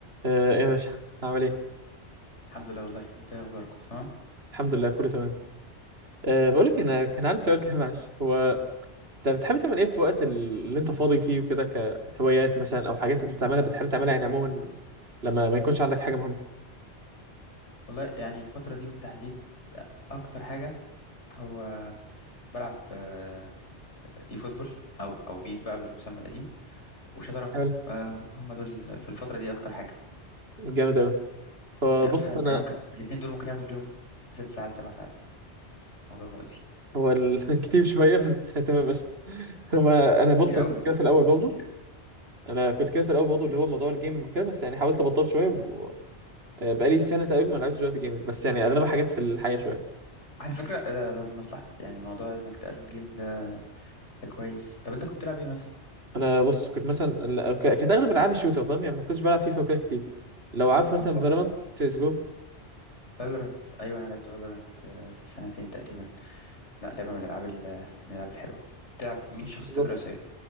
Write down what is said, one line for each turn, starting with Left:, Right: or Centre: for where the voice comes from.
Right: آه، ايه يا باشا عامل ايه
Left: الحمد لله والله انت ايه اخباركم تمام
Right: الحمد لله كله تمام أه بقول لك انا كان عندي سؤال كده معلش هو انت بتحب تعمل ايه في وقت اللي انت فاضي فيه وكده كهوايات مثلا او حاجات انت بتعملها بتحب تعملها يعني عموما لما ما يكونش عندك حاجه مهمه
Left: والله يعني الفتره دي بالتحديد اكتر حاجه هو بلعب آه، اي فوتبول او او بيس بقى بالمسمى القديم وشطرنج
Right: حلو
Left: آه، هم دول في الفتره دي اكتر حاجه
Right: جامد قوي هو
Left: يعني
Right: بص
Left: ف-
Right: انا
Left: يعني ممكن الاثنين دول ممكن ياخدوا في اليوم ست ساعات سبع ساعات موضوع مؤذي
Right: هو ال- <laughs> كتير شويه بس <laughs> تمام قشطه هو انا بص
Left: كتير قوي
Right: كده في الاول برضه
Left: كتير
Right: انا كنت كده في الاول برضه اللي هو موضوع الجيمنج وكده بس يعني حاولت ابطل شويه و... آه، بقالي سنه تقريبا ما لعبتش دلوقتي جيمنج بس يعني اغلبها حاجات في الحياه شويه
Left: على فكره ده ده لمصلحتك يعني موضوع انك تقلل الجيمنج ده ده كويس طب انت كنت تلعب ايه مثلا
Right: انا بص كنت مثلا ك- كانت اغلب العاب الشوتر فاهم يعني ما كنتش بلعب فيفا وكده كتير لو عارف مثلا
Left: اوبا
Right: فالورانت سيس جو
Left: فالورنت ايوه انا لعبت فالورنت آه، سنتين تقريبا لا لعبه من الالعاب ال- من الالعاب الحلوه تلعب مين شخصيتك
Right: بالظبط
Left: الرئيسيه